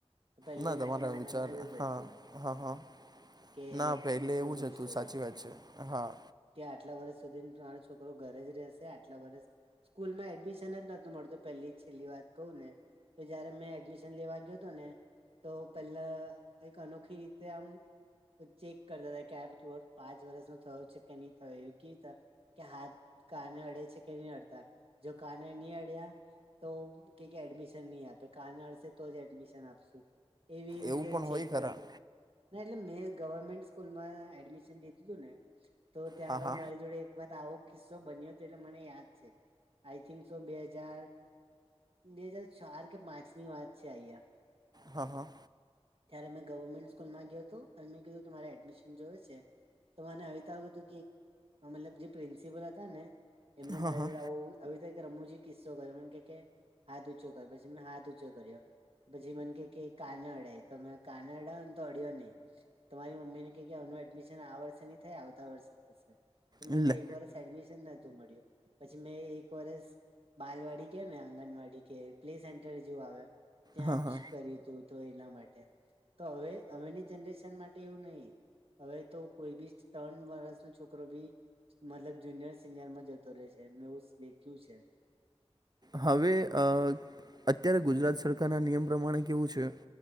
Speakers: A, on the right (about 60°); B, on the right (about 40°).
A: પેલ્લેના
B: ના તમારા
A: જમાનામાં
B: વિચાર
A: એવું જ
B: હા
A: હતું
B: હા હા
A: કે
B: ના પહેલે
A: થોડું
B: એવું જ હતું
A: સ્ટડ
B: સાચી વાત છે હા
A: કે આટલા વરસ સુધીન તમારો છોકરો ઘરે જ રહેશે આટલા વરસ કૂલ માં એડમિશન જ નતુ મળતું, પેલ્લી છેલ્લી વાત કહું ને તો જયારે મેં એડમિશન લેવા ગ્યો તોને તો પેલા એક અનોખી રીતે આમ તો ચેક કરતાતા કે આ <unintelligible> પાંચ વર્ષનો થયો છે કે નહી થયો એ કેતા કે હાથ કાને અડે છે કે નઈ અડતા. જો કાને ની અડ્યા તો કે કે એડમિશ્ ની આપે કાને અડશે તો જ એડમિશન આપશું. એવી રીતે
B: એવું પણ
A: ચેક
B: હોય ખરા
A: કરતા ના, એટલે મેં ગવર્મેન્ટ સ્કૂલમાં એડમિશન લીધુંતું ને તો ત્યાં
B: હા
A: આગળ
B: હા.
A: મારી જોડે એક વાત આવો કિસ્સો બન્યોતો એટલે મને યાદ છે, આઈ થિન્ક સો બે હજાર બે હજ ચાર કે પાંચ ની વાત છે આઈયા
B: હા હા
A: ત્યારે મેં ગવર્મેન્ટ સ્કૂલમાં ગ્યોતો અને મેં કીધું કે મારે એડમિશન જોયે છે તો મને આવીતા આવ્યું હતું કે મતલબ જે પ્રિન્સિપલ હતા ને એમને
B: હા
A: મારી
B: હા
A: જોડે આવું આવી રીતે એક રમુજી કિસ્સો કરો મન કે કે હાથ ઊંચો પર પછી મેં હાથ ઊચો કર્યો પછી મન કે કે કાને અડાય તો મેં કાને અડાયોને તો અડ્યો નઈ. તમારી મમ્મીને કે કે આનું એડમિશન આ વર્ષે નહી થાય આવતા વર્ષે થશે તો
B: લે
A: મને એક વર સ એડમિશન નતુ મળ્યું પછી મેં એ એક વરસ બાલવાડી કે ને આંગણવાડી કે પ્લે સેન્ટર જેવું આવે, ત્યાં
B: હા હા
A: જ કર્યું હતું તો એના માટે તો હવે હવેની જનરેશન માટે એવું નહિ હવે તો કોઈ બી ત્રણ વરસનો છોકરો બી મતલબ જુનિયર સિનિયરમાં જતો રહે છે મેં <unintelligible> છે.
B: હવે અ અત્યારે ગુજરાત સરકારના નિયમ પ્રમાણે કેવું છે